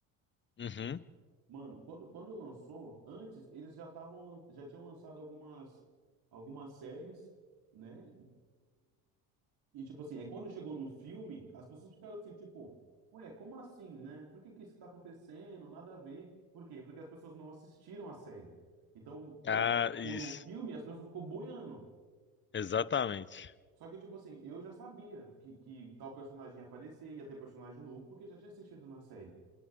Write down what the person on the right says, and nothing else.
Mano, quando, quando lançou, antes eles já estavam, lan- já tinham lançado algumas, algumas séries, né? E, tipo assim, aí quando chegou no filme, as pessoas ficaram assim, tipo, ué, como assim, né? Por que que isso tá acontecendo? Nada a ver. Por quê? Porque as pessoas não assistiram a série. Então, quando
chegou
no filme, as pessoas ficou boiando.
Só que, tipo assim, eu já sabia que, que tal personagem ia aparecer, ia ter personagem novo, porque já tinha assistido na série.